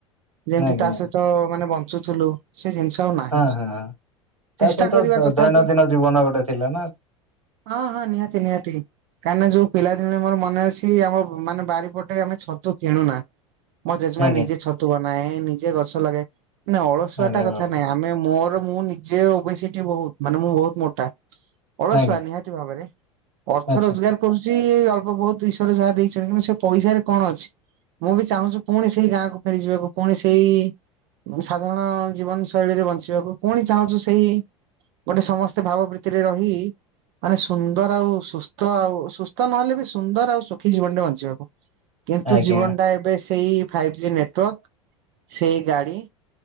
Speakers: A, on the right; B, on the right.
A: ଯେମତି
B: ଆଜ୍ଞା
A: ତା ସହିତ ମାନେ ବ ବୁଝୁ ଥୁଲୁ। ସେ ଜିନିଷ ଆଉ ନାହିଁ
B: ହଁ ହଁ ହଁ ତା
A: ଚେଷ୍ଟା
B: ସହିତ
A: କରିବା ତଥାପି।
B: ଦୈନନ୍ଦିନ ଜୀବନ ଗୋଟେ ଥିଲା ନା
A: ହଁ ହଁ ନିହାତି ନିହାତି କାହିଁକିନା ଯୋଉ ପିଲାଦିନରେ ମୋର ମନେ ଅଛି ଆମ ମାନେ ବାରିପଟେ ଆମେ ଛତୁ କିଣୁନା ମ ଜେଜେମା
B: ଆଜ୍ଞା
A: ନିଜେ ଛ ତୋ ଆମେ ନିଜେ ଗଛ ଲଗେ ନାଁ ଅଳସୁଆ
B: ଆରେ
A: ଟା
B: ବାବା
A: କଥା ନାଇଁ ମାନେ ମୋର ମୁଁ ନିଜେ ଓବେସିଟି ବହୁତ ମାନେ ମୁଁ ବହୁତ ମୋଟା ଅଳସୁଆ
B: ଆଜ୍ଞା
A: ନିହାତି ଭାବରେ ଅର୍ଥ
B: ଆଚ୍ଛା
A: ରୋଜଗାର କରୁଛି ଅଳ୍ପ ବହୁତ ଈଶ୍ଵର ଯାହା ଦେଇ କିନ୍ତୁ ସେ ପଇସାରେ କଣ ଅଛି ମୁଁ ବି ଚାହୁଁଛିୁ ପୁଣି ସେଇ ଗାଁକୁ ଫେରି ଯିବାକୁ ପୁଣି ସେଇ ସାଧାରଣ ଜୀବନ ଶୈଳୀରେ ବଞ୍ଚିବାକୁ ପୁଣି ଚାହୁଁଛୁ ସେଇ ଗୋଟେ ସମସ୍ତେ ଭାବ ପ୍ରୀତିରେ ରହି ମାନେ ସୁନ୍ଦର ଆଉ ସୁସ୍ଥ ଆଉ ସୁସ୍ଥ ନହେଲେ ବି ସୁନ୍ଦର ଆଉ ଶୁଖିଯିବନ ବଞ୍ଚିହବ କିନ୍ତୁ
B: ଆଜ୍ଞା
A: ଜୀବନଟା ଏବେ ସେଇ ଫାଇଭ୍ ଜି ନେଟୱାର୍କ ସେଇ ଗାଡ଼ି